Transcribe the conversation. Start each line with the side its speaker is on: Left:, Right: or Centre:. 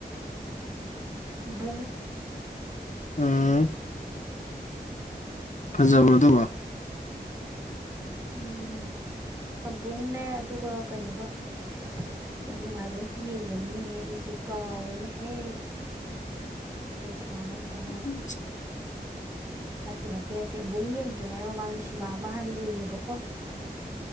Right: ꯕꯨꯡ
Left: ꯎꯝ ꯍꯖꯕ꯭ꯔꯗꯕ <inaudible>
Right: ꯎꯝ ꯑꯕꯨꯡꯅꯦ ꯑꯗꯨꯒ ꯀꯩꯅꯣꯒ ꯑꯁ ꯌꯥꯝ ꯅꯨꯡꯉꯥꯏꯕ ꯑꯝꯨ ꯌꯦꯡꯕꯅꯤꯅꯍꯦ ꯑꯩꯁꯦ ꯀꯥꯎꯔꯦꯅꯦꯍꯦ ꯀꯩꯁꯃꯅꯣ ꯇ
Left: ꯎꯝ
Right: ꯅꯠꯇꯦ ꯅꯠꯇꯦ ꯅꯠꯇꯦ ꯏꯕꯨꯡ ꯌꯦꯡꯗ꯭ꯔꯤꯉꯩ ꯃꯃꯥꯡꯗ ꯁꯤꯃꯥ ꯑꯃ ꯍꯥꯟꯅ ꯌꯦꯡꯉꯦꯕꯀꯣ